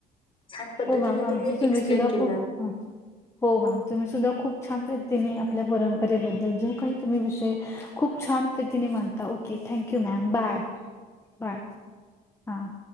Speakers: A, on the left (about 30°); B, on the left (about 15°).
A: छान पद्धतीने
B: हो मॅम आमची
A: तुम्ही एक्सप्लेन
B: सुद्धा
A: केलात.
B: खूप हा. हो मॅम तुम्ही सुद्धा खूप छान पद्धतीने आपल्या परंपरेबद्दल जे काही तुम्ही विषय खूप छान पद्धतीने माडता okay thank you ma'am bye bye हा